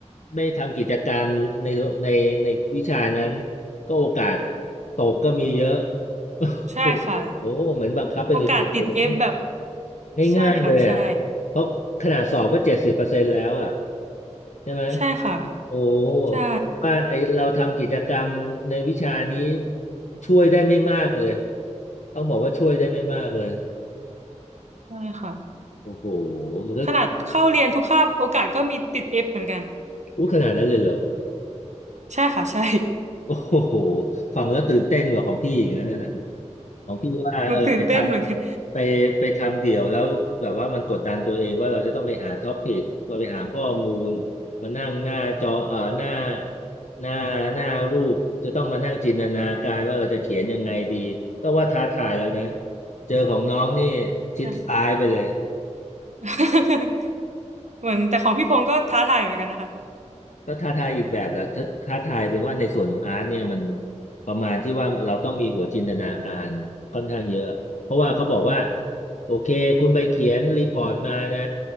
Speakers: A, on the left; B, on the right.
A: ไม่ทำกิจกรรมในในในวิชานั้นก็โอกาสตกก็มีเยอะ
B: ใช่ค่ะ
A: โอ้โหเหมือนบังคับไปในตัวเลยเนี่ย
B: โอกาสติดเอฟแบบใช่ค่ะใช่
A: ง่ายๆเลยอ่ะเพราะขนาดสอบก็เจ็ดสิบเปอร์เซ็นต์แล้วอ่ะใช่ไหม
B: ใช่ค่ะ
A: โอ้
B: ใช่
A: ว่าไอเราทำกิจกรรมในวิชานี้ช่วยได้ไม่มากเลยต้องบอกว่าช่วยได้ไม่มากเลย
B: ใช่ค่ะ
A: โอ้โหมันก็
B: ขนาดเข้าเรียนทุกคาบโอกาสก็มีติดเอฟเหมือนกัน
A: อู้ขนาดนั้นเลยเหรอ
B: ใช่ค่ะใช่
A: โอ้โหฟังแล้วตื่นเต้นกว่าของพี่อีกนะนั่นน่ะ ของพี่ว่าเออไปทำไปไปทำเดี่ยวแล้วแบบว่ามันกดดันตัวเองว่าเราจะต้องไปหาท็อปิกเราไปหาข้อมูล
B: หนูตื่นเต้นเหมือนกัน
A: มานั่งหน้าจอเอ่อหน้าหน้าหน้ารูปจะต้องมานั่งจินตนาการว่าเราจะเขียนยังไงดีก็ว่าท้าทายแล้วนะเจอของน้องนี่ชิดซ้ายไปเลย
B: อม <laughs> เหมือนแต่ของพี่พงศ์ก็ท้าทายเหมือนกันนะคะ
A: ก็ท้าทายอีกแบบแหละถ้าท้าทายเป็นว่าในส่วนของอาร์ตเนี่ยมันประมาณที่ว่าเราต้องมีหัวจินตนาการค่อนข้างเยอะเพราะว่าเขาบอกว่าโอเคคุณไปเขียนรีพอร์ตมานะ